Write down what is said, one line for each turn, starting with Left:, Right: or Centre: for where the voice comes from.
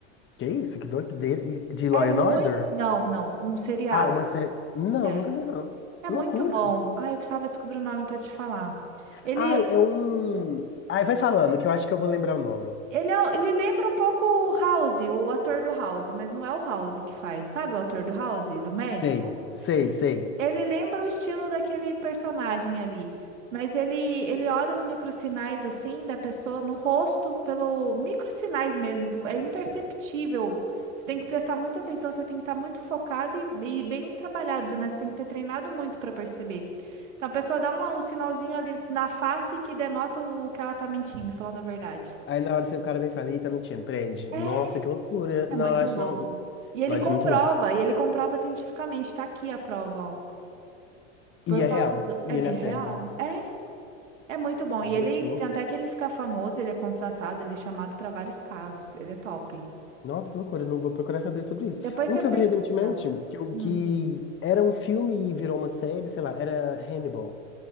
Left: Que isso? Que doideira. E De Law
Right: É muito...
Left: and Order?
Right: Não, não, um seriado.
Left: Ah, uma série. Não,
Right: É.
Left: nunca vi, não.
Right: É
Left: Que
Right: muito
Left: loucura.
Right: bom. Ah, eu precisava descobrir o nome pra te falar. Ele
Left: Ai, é um. Ai, vai falando, que eu acho que eu vou lembrar o nome.
Right: Ele, é, ele lembra um pouco o House, o ator do House, mas não é o House que faz. Sabe o ator do House, do médico?
Left: Sei, sei, sei.
Right: Ele lembra o estilo daquele personagem ali. Mas ele, ele olha os microsinais assim da pessoa no rosto, pelo microsinais mesmo, que é imperceptível. Você tem que prestar muita atenção, você tem que estar muito focado e, e bem trabalhado, né? Você tem que ter treinado muito para perceber. Então a pessoa dá uma- um sinalzinho ali na face que denota o que ela tá mentindo, falando a verdade.
Left: Aí na hora você, o cara vem e fala, ih, tá mentindo, prende. Nossa,
Right: É,
Left: que loucura.
Right: É
Left: Não,
Right: muito
Left: eu acho
Right: louco.
Left: que não.
Right: E ele
Left: Nossa,
Right: comprova,
Left: isso é muito louco.
Right: e ele comprova cientificamente, tá aqui a prova, ó. Por
Left: E
Right: causa
Left: é real.
Right: do...
Left: E
Right: É,
Left: ele acerta.
Right: é real. É, é muito bom.
Left: Gente,
Right: E ele,
Left: que louco.
Right: tem até que ele fica famoso, ele é contratado, ele é chamado para vários casos. Ele é top.
Left: Nossa, que loucura. Não vou procurar saber sobre isso.
Right: Depois
Left: Um
Right: você
Left: que
Right: pesquisa.
Left: eu vi recentemente, que, eu-
Right: Hum,
Left: que era um filme e virou uma série, sei lá, era Hannibal.